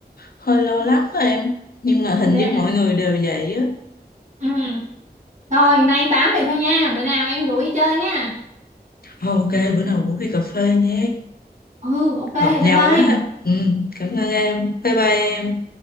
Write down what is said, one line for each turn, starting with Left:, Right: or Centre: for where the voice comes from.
Left: hơi lo
Right: Ừ.
Left: lắng đó em. Nhưng mà hình
Right: Dạ.
Left: như mọi người đều vậy á.
Right: Ừ. Rồi, nay tám vậy thôi nha. Bữa nào em rủ đi chơi nha.
Left: Ok, bữa nào cũng đi cà phê nha.
Right: Ừ, ok, bye
Left: Hợp nhau
Right: bye.
Left: quá. Ừ, cảm ơn em. Bye bye em.